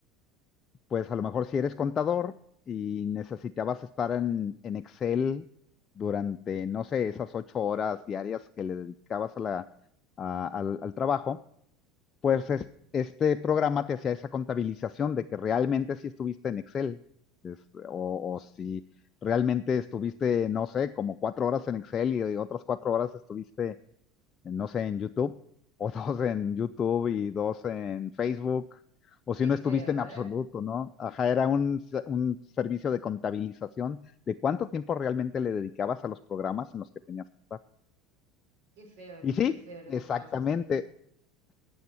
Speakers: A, on the left; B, on the right.
A: pues a lo mejor si eres contador y necesitabas estar en, en Excel durante, no sé, esas ocho horas diarias que le dedicabas a la- a- al al trabajo, pues es- este programa te hacía esa contabilización de que realmente si estuviste en Excel, es- o, o si realmente estuviste, no sé, como cuatro horas en Excel y, y otras cuatro horas estuviste, no sé, en YouTube, o <laughs> dos en YouTube y dos en Facebook, o si
B: Qué
A: no
B: feo,
A: estuviste en
B: ¿eh?
A: absoluto, ¿no? Ajá, era un, se- un servicio de contabilización de cuánto tiempo realmente le dedicabas a los programas en los que tenías que estar.
B: Qué feo,
A: Y sí,
B: qué feo lo
A: exactamente.
B: que estabas haciendo.